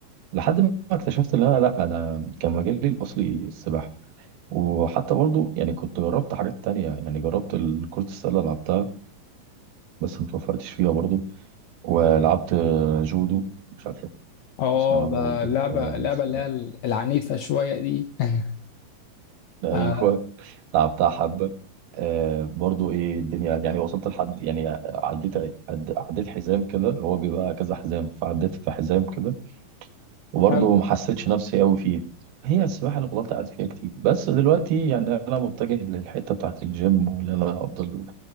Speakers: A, on the right; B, on the left.
A: لحد ما اكتشفت ان انا لا انا كان مجالي الاصلي السباحه وحتى برضو يعني كنت جربت حاجات تانية يعني جربت ال- كرة السلة لعبتها بس متوفقتش فيها برضو ولعبت آه، جودو مش عارف لو
B: اه
A: تسمع عنه
B: ده
A: برضو
B: اللعبة
A: آه،
B: اللعبة
A: بس
B: اللي هي العنيفة شوية دي <laughs>
A: آه،
B: آه
A: ايوه لعبتها حبة آه برضو ايه الدنيا يعني وصلت لحد يعني عديت عد- عديت حزام كده هو بيبقى كذا حزام فعديت في حزام كده وبرضو
B: حلو
A: ما حسيتش نفسي قوي فيه هي السباحة اللي فضلت قاعد فيها كتير بس دلوقتي يعني انا متجه للحتة بتاعت الجيم وان انا افضل